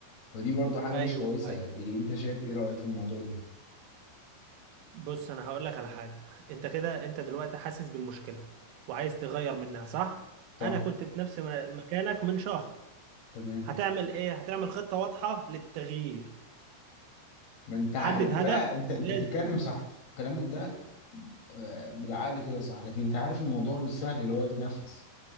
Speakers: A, on the left (about 55°); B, on the right (about 85°).
A: فدي برضو حاجه
B: ايوه
A: مش كويسه دي انت شايف ايه رايك في الموضوع ده
B: بص انا هقول لك على حاجه انت كده انت دلوقتي حاسس بالمشكله وعايز تغير منها صح
A: صح
B: انا كنت في نفس م- مكانك من شهر
A: تمام
B: هتعمل ايه هتعمل خطه واضحه للتغيير
A: ما انت عارف
B: حدد هدف
A: بقى انت انت
B: لازم
A: بتتكلم صح كلامك ده آه، بالعقل كده صح لكن انت عارف الموضوع مش سهل اللي هو يتنفس